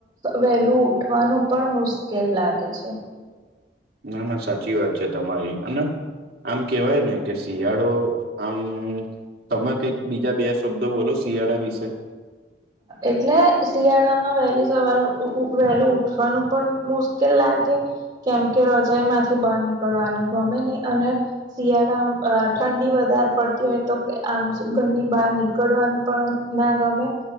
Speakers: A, on the right; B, on the right.
A: વહેલું ઉઠવાનું પણ મુશ્કેલ લાગે છે.
B: ના ના સાચી વાત છે તમારી અને આમ કેવાય ને કે શિયાળો આમ. તમે કઈક બીજા બે શબ્દો બોલો શિયાળા વિશે.
A: એટલે શિયાળામાં વહેલી સવાર વહેલું ઉઠવાનું પણ મોસ્. લાગે કેમ કે રજાાઈ માંથી બહાર નીકળવાનું ગમે નહી અને શિયાળા ઠંડી વધારે પડતી હોય તો કે આમ ઘરની બહાર નીકળવાનું પણ ના ગમે.